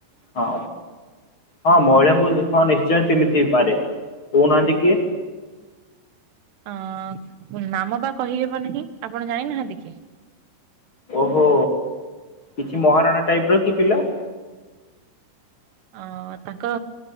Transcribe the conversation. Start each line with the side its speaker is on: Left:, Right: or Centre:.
Left: ହଁ ହଁ ମହିଳାଙ୍କୁ ହଁ ନିଶ୍ଚିତ ଯାଏଁ ଚିହ୍ନିଥାଇପାରେ। କହୁନାହାଁନ୍ତି କିଏ?
Right: ଅଁ ନାମ ବା କହିହେବ ନାହିଁ, ଆପଣ ଜାଣିନାହାନ୍ତି କି?
Left: ଓହୋ! କିଛି ମହାରଣା ଟାଇପ ର କି ପିଲା?
Right: ଅଁ ତାଙ୍କ